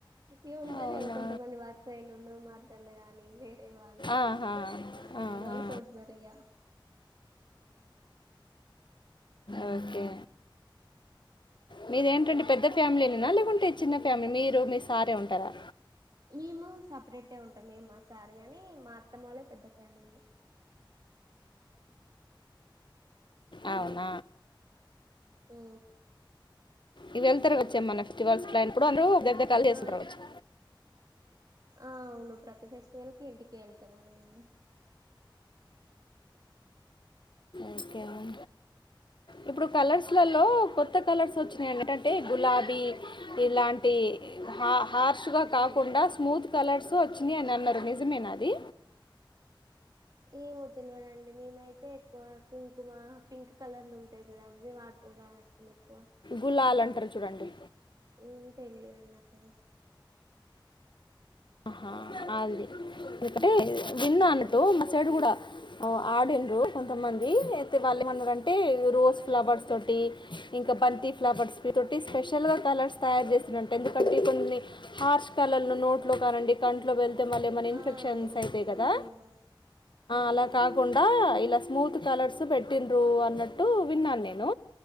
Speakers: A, on the right (about 50°); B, on the left (about 65°).
A: ఇ ఉం
B: అవునా
A: గదా కొంతమంది వార్సైనులు మార్టర్లు గాని వే ఎవాళ్ళు
B: ఆహా,
A: ఆ అట్లాంటి
B: ఆహా.
A: వాళ్ళు కొడుతారిగ
B: ఓకే మీదేంటండి పెద్ద ఫ్యామిలీనినా లేకుంటే చిన్న ఫ్యామిలీ మీరు మీ సారే ఉంటారా
A: మేము సపరేటే ఉంటాం మేము మా సార్ గాని మా అత్తమ వాళ్ళ పెద్ద ఫ్యామిలీ హలో
B: అవున
A: ఆ
B: ఇవి వెళ్తారు వచ్చే మన ఫెస్టివల్స్ ఇప్పుడు దగ్గర కలిసి చేసుకుంటారు
A: ఆ
B: వచ్చి
A: ఆ అవును ప్రతి ఫెస్టివల్ కి ఇంటికెళ్త కట్ట మ మేము
B: అకెవం ఇప్పుడు కలర్స్లలో కొత్త కలర్స్ వచ్చినాయి ఏంటంటే గులాబీ ఇలాంటి హ హార్ష్గా కాకుండా స్మూత్ కలర్స్ సో వచ్చింది అని అన్నారు నిజమేనా అది
A: ఏమో తెలివడంండి మేమైతే ఎక్కువ కుంకుమ పింక్ కలర్లు ఉంటాయి చూడ అవి వాడుత ఎక్కువ
B: గులాల్ అంటారు చూడండి
A: ఇం తెలీదుడి నాకవి
B: ఆహా అది
A: ఉమ్
B: ఎందుకంటే విన్నా అన్నట్టు మా సైడ్ కూడ ఆడిన్రు కొంతమంది అయితే వాళ్ళ ఏమన్నారం టె రోజ్ ఫ్లవర్స్
A: అవును
B: తోటి ఇంక బంతి ఫ్లవర్స్ తోటి స్పెషల్గా
A: ఉమ్
B: కలర్స్ తయారు చేసి ఎందుకంటె కొన్ని హార్ష్ కలర్ నోట్ లో కానండి కంట్లో వె మళ్ళ ఏమన ఇన్ఫెక్షన్స్
A: ఆ అవును
B: అయితయి
A: మంచిగా
B: కదా
A: అవును
B: అలా కాకుండా ఇలా స్మూత్ కలర్స్ పెట్టిన్రు అన్నట్టు విన్నాను నేను